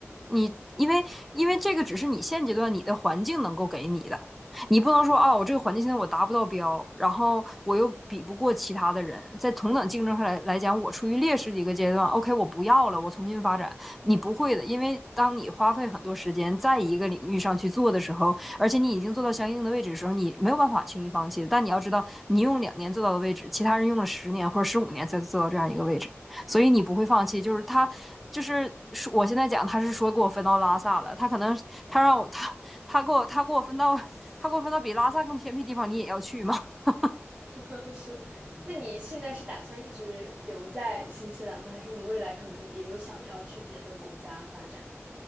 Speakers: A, in the centre; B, on the right (about 25°).
A: 你因为因为这个只是你现阶段你的环境能够给你的，你不能说啊，我这个环境现在我达不到标，然后我又比不过其他的人，在同等竞争上来来讲，我处于劣势的一个阶段。OK，我不要了，我重新发展。你不会的，因为当你花费很多时间在一个领域上去做的时候，而且你已经做到相应的位置的时候，你没有办法轻易放弃的但你要知道，你用两年做到的位置，其他人用了十年或者十五年才做到这样一个位置，所以你不会放弃。就是他，就是我现在讲，他是说给我分到拉萨了，他可能他让我他他给我他给我分到他给我分到比拉萨更偏僻地方，你也要去吗？<laughs>
B: <laughs> 是，那你现在是打算一直留在新西兰吗？还是你未来可能也有想要去别的国家发展？